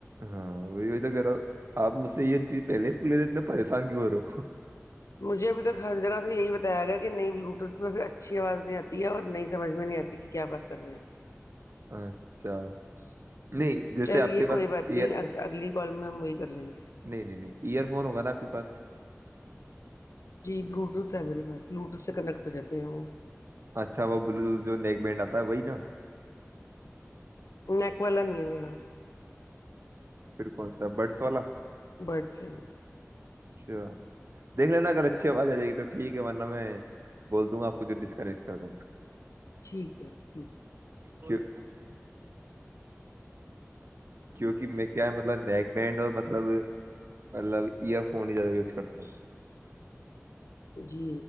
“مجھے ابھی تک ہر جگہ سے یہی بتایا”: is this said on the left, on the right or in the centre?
Left